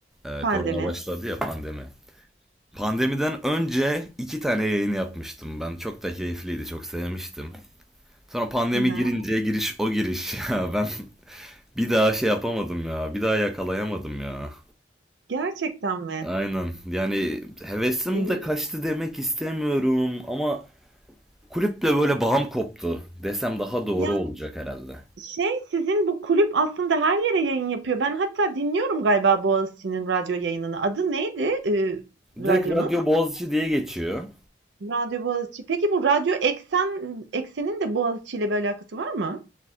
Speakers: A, in the centre; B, on the right.
A: e,
B: Pandemi.
A: korona başladı ya pandemi. Pandemiden önce iki tane yayın yapmıştım ben. Çok da keyifliydi, çok sevmiştim. Sonra pandemi
B: Hı hı.
A: girince giriş o giriş <laughs> ya ben bir daha şey yapamadım ya bir daha yakalayamadım ya.
B: Gerçekten mi?
A: Aynen yani hevesim
B: Eee,
A: de kaçtı demek istemiyorum ama kulüple böyle bağım koptu desem daha doğru
B: ya
A: olacak herhalde.
B: Şey, sizin bu kulüp aslında her yere yayın yapıyor. Ben hatta dinliyorum galiba Boğaziçi'nin radyo yayınını. Adı neydi, eee,
A: Direkt
B: radyonun?
A: Radyo Boğaziçi diye geçiyor.
B: Radyo Boğaziçi. Peki bu Radyo Eksen Eksen'in de Boğaziçi ile bir alakası var mı?